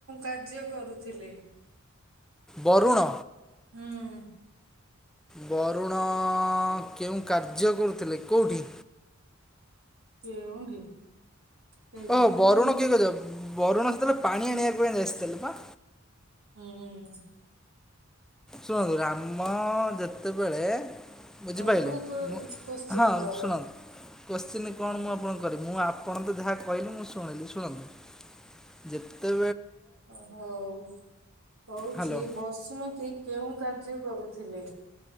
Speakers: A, on the right; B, in the centre.
A: କାର୍ଯ୍ୟ କରୁଥିଲେ
B: ବରୁଣ
A: ହୁଁ
B: ବରୁଣ କେଉଁ କାର୍ଯ୍ୟ କରୁଥିଲେ କୋଉଁଠି
A: କେଉଁଠି କେଜାଣି
B: ଓହ
A: କେଉଁ
B: ବରୁଣ କେ କେ ଯାଉ। ବରୁଣସର ପାଣି ଆଣିବା ପାଇଁ ଆସିଥିଲେ ବା।
A: ହୁଁ।
B: ଶୁଣନ୍ତୁ ରାମ ଯେତେବେଳେ ବୁଝିପାରିଲେ
A: ହଉ ତୁ କଶ୍ଚିିନ
B: ମୁଁ ହଁ
A: କର।
B: ଶୁଣନ୍ତୁ କୋଶ୍ଚିନ୍ କଣ ମୁଁ ଆପଣଙ୍କ କରିବି ମୁଁ ଆପଣ ତ ଯାହା କହିଲି ମୁଁ ଶୁଣିଲି ଶୁଣନ୍ତୁ ଯେତେ
A: ଓ ହଉ ହଉଛି
B: ହ୍ୟାଲୋ
A: ବସୁମତୀ କେଉଁ କାର୍ଯ୍ୟ କରୁଥିଲେ?